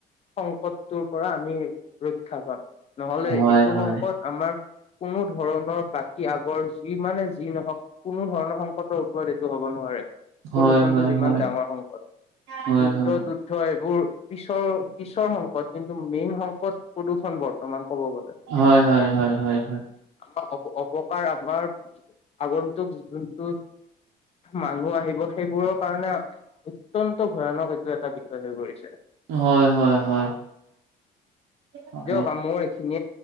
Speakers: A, on the left; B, on the right.
A: সংকটটোৰ পৰা আমি ৰক্ষা পাম নহলে
B: হয়,
A: এইটো
B: হয়,
A: সংকট আমাৰ কোনো ধৰণৰ বাকী আগৰ যি মানে যি নহওক কোনো ধৰণৰ সংকটৰ ওপৰত এইটো হব নোৱাৰে
B: হয়,
A: প্ৰদূষণটো
B: হয়,
A: যিমান
B: হয়,
A: ডাঙৰ সংকট
B: হয়, হয়,
A: যুদ্ধ
B: হয়,
A: যুদ্ধ এইবোৰ পিছৰ পিছৰ সংকট কিন্তু মেইন সংকট প্ৰদূষণ বৰ্তমান ক'ব গ'লে
B: হয় হয় হয় হয়
A: আমাৰ অপকাৰ আমাৰ আগন্তুক যোনটো মানুহ আহিব সেইবোৰক কাৰণে অত্যন্ত ভয়ানক এইটো এটা বিষয় হৈ পৰিছে
B: হয় হয় হয় হয়
A: দিয়ক মোৰ এইখিনি